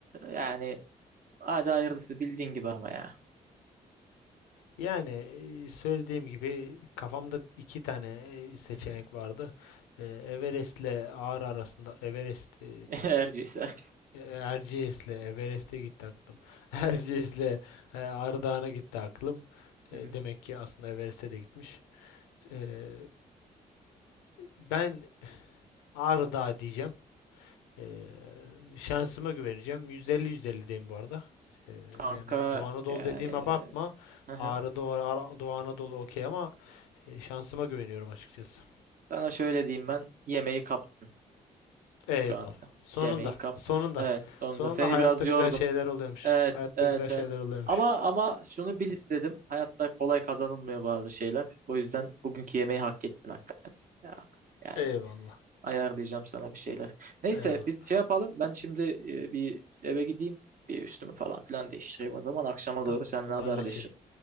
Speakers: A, on the right; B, on the left.
A: yani hadi hayırlısı bildiğin gibi ama ya.
B: Yani e, söylediğim gibi kafamda iki tane e, seçenek
A: <laughs>
B: vardı. E, Everest'le Ağrı arasında Everest e,
A: Erciyes. Erciyes.
B: Erciyes'le Everest'e gitti aklım. <laughs> Erciyes'le e, Ağrı Dağı'na gitti aklım.
A: Hı
B: E,
A: hı.
B: Demek ki aslında Everest'e de gitmiş. E, Ben Ağrı Dağı diyeceğim. E, Şansıma güveneceğim. %50-%50 diyeyim bu arada. E,
A: Kanka
B: Yani Doğu Anadolu
A: yani
B: dediğime bakma.
A: hı hı.
B: Ağrı Doğu, Ara- Doğu Anadolu okey ama E, şansıma güveniyorum açıkçası.
A: Sana şöyle diyeyim ben yemeği kaptın
B: Eyvallah.
A: şu anda.
B: Sonunda.
A: Yemeği kaptın.
B: Sonunda.
A: Evet sonunda
B: Sonunda
A: seni
B: hayatta
A: biraz yordum.
B: güzel şeyler oluyormuş.
A: Evet
B: Hayatta
A: evet
B: güzel şeyler
A: evet.
B: oluyormuş.
A: Ama ama şunu bil istedim. Hayatta kolay kazanılmıyor bazı şeyler. O yüzden bugünkü yemeği hak ettin hakikaten. Ya, yani
B: Eyvallah.
A: ayarlayacağım sana bir şeyler. Neyse
B: Eyvallah.
A: biz şey yapalım. Ben şimdi e, bir eve gideyim. Bir üstümü falan filan değiştireyim. O zaman akşama
B: Tamam
A: doğru seninle
B: haberleşelim.
A: haberleşiriz.